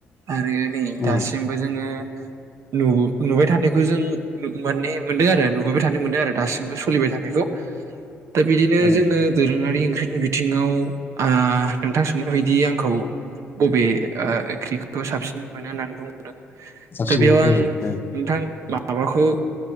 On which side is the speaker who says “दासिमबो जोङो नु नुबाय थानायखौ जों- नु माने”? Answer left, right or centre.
Right